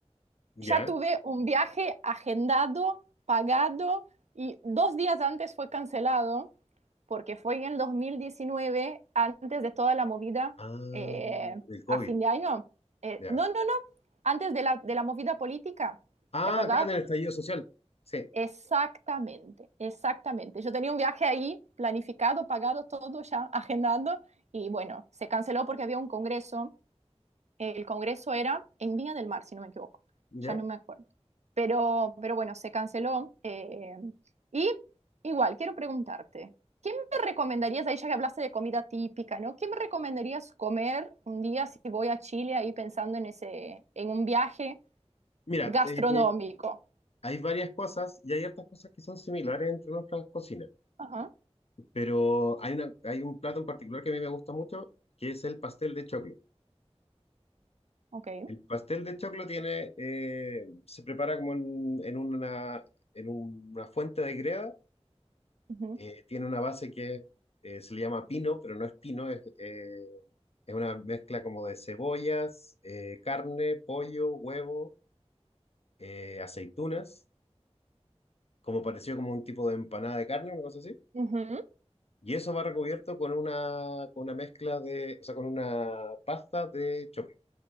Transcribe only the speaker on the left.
¿Ya?
Ah,
el COVID,
ya.
Ah,
acá en el estallido social. Sí,
¿ya?
Mira,
eh, hay varias cosas y hay hartas cosas que son similares entre nuestras cocinas,
pero hay una, hay un plato en particular que a mí me gusta mucho, que es el pastel de choclo.
El pastel de choclo tiene, eh, se prepara como en, en una, en una fuente de greda.
eh, tiene una base que eh, se le llama pino, pero no es pino, es, eh, es una mezcla como de cebollas, eh, carne, pollo, huevo, eh, aceitunas, como pareció como un tipo de empanada de carne, una cosa así.
Y eso va recubierto con una, con una mezcla de, o sea, con una pasta de choclo,